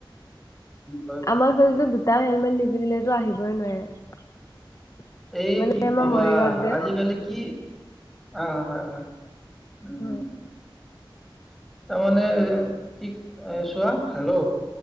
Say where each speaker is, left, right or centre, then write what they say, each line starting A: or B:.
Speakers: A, in the centre; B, on the left.
A: কয়
B: আমাৰ ফলেটো দুটা হেলমেট নিপিন্ধিলেতো আহিবই নোৱাৰে। <unintelligible>
A: এই
B: মানে
A: কি
B: আমাৰ
A: কবা,
B: মৰিগাঁৱত যে
A: আজিকালি কি অ হয় হয়। উম।
B: অ',
A: তাৰমানে কি চোৱা হেল্ল'